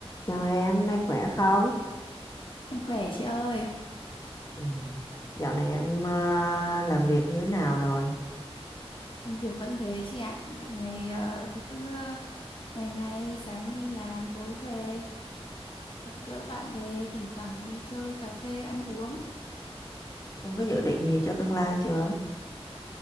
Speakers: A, on the left; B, on the left.
A: Chào em, hôm nay khỏe không?
B: Em khỏe chị ơi,
A: Ừ. Dạo này em ờ, làm việc như thế nào rồi?
B: công việc vẫn thế chị ạ. Dạo này ờ, thì cứ ngày ngày sáng đi làm tối về, gặp gỡ bạn bè, thỉnh thoảng đi chơi cà phê ăn uống.
A: Em có dự định gì cho tương lai chưa?